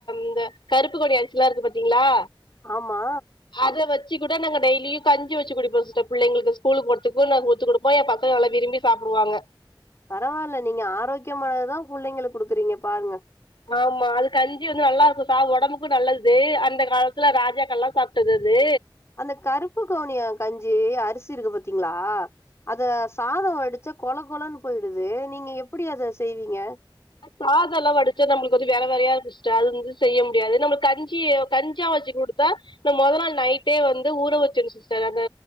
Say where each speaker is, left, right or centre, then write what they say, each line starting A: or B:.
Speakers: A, on the left; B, on the left.
A: இந்த கருப்பு கொடி அரிசில்லா இருக்கு பாத்தீங்களா
B: ஆமா
A: அத வச்சி கொட நாங்க டெய்லியு கஞ்சி வச்சு குடிப்போ பிள்ளைளுக்கு ஸ்கூல் போர்துக்கும் நாங்க ஊத்தி குடுப்போம் ய பசங்க எல்லா நல்லா விரும்பி சாப் சாப்புடுவாங்க
B: பரவால்ல நீங்க ஆரோக்கியமானதுதா புள்ளைங்களுக் குடுக்குறீங்க பாருங்க
A: வாம்மா அது கஞ்சி வந்து நல்லா இருக்கும் சார் ஒடம்புக்கும் நல்லது அந்த காலத்துல ராஜாக்ககெல்லாம் சாப்ட்டது அது
B: அந்த கருப்பு கவுனிய கஞ்சி அரிசி இருக்கு பாத்தீங்களா அத சாதோ வடிச் ச்சா கொல கொலன் போயிடுது நீங்க எப்பிடி அத செய்வீங்க
A: சாத எல்லா வடிச்சு நம்மளுக்கு வந்து வெற வெறையா இருக்கும் சிஸ்டர் அது வந்து செய்ய முடியாது நம்மளுக்கு கஞ்சி கஞ்சா வச்சு குடுத்தா நீ மொத நாள் நைட்டே வந்து ஊற வச்சிர்ணு சிஸ்டர் அந்த